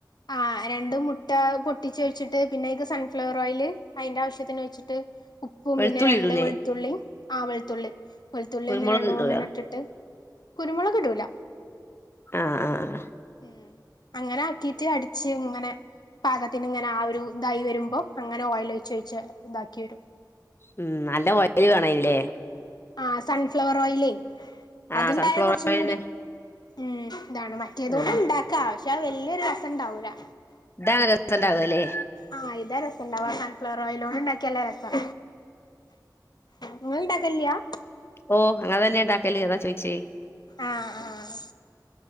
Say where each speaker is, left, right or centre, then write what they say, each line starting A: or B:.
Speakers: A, on the left; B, on the left.
A: ആ രണ്ടണ്ട് മുട്ട പൊട്ടിച്ച വെച്ചിട്ട് പിന്നെക്ക് സൺഫ്ലവർ ഓയിയില് അതിന്റെ ആവശ്യത്തിന് വെച്ചിട്ട് ഉപ്പും
B: വെളുത്തുള്ളി
A: പിന്നെ രണ്ട്
B: ഇടൂലേ
A: വെളുത്തുള്ളി ആവൽത്തുള്ളി കൊെളത്തുള്ളി
B: കുരുമുളക്
A: ഒന്ന് രണ്ട
B: ഇടൂല
A: മൂന്നെണ്ണം ഇട്ടിട്ട് കുരുമുളക് കടുൂല
B: ആഹ ആഹ
A: ഉം അങ്ങനെ ആക്കീട്ട് അടിച്ച് ഇങ്ങനെ പാകത്തിന് ഇങ്ങനെ ആ ഒരു ഇതായി വരുമ്പോ അങ്ങനെ ഓയിൽ ഒഴച്ച് വഴച്ച് ഇതാക്കി വരും
B: ഉം നല്ല വയല് വേണല്ലേ
A: ആ സൺഫ്ലവർ ഓയിയിലേ
B: ആഹ്
A: അത്ണ്ടായാ
B: സൺഫ്ലവർ
A: കൊറച്ചും
B: ഓയിലെന്നെ
A: കൂടി ഉം ഇതാണ് മറ്റേത
B: ആഹ്
A: കൊും ഉണ്ടാക്കാം ആശ്യം പാ വല്ിയൊരു രസംണ്ടാവൂരാ
B: ഇാ രസം ഉണ്ടാക അല്ലേ
A: ആഹ ഇതാ രസം ഇണ്ടവാ സൺഫ്ലോർ ഓയിൽ ഒന്ന ഉണ്ടാക്കിയല്ല രസം നിങ്ങ ഉണ്ടാക്കല്ലയാ
B: ഓ അങ്ങനെ തന്നെയ ഉണ്ടാക്കല് അതാ ചോയിച്ചേ
A: ആഹ് ആഹ്